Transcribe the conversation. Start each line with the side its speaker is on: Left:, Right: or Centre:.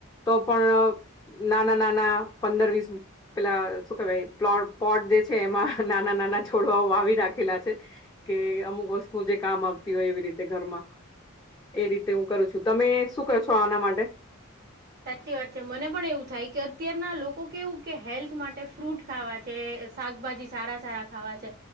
Left: તો પણ નાના નાના પંદર વીસ પેલા શું કેવાઈ પ્લોટ પોટ જે છે એમાં નાના નાના છોડવાઓ આવી રાખેલા છે. કે અમુક વસ્તુ જે કામ આવતી હોય એવી રીતે ઘરમાં એ રીતે હું કરું છું તમે શું કરો છો આના માટે
Right: સાચી વાત છે મને પણ એવું થાય કે અત્યારના લોકો કેવું કે હેલ્થ માટે ફ્રૂટ ખાવા છે. શાકભાજી સારા સારા ખાવા છે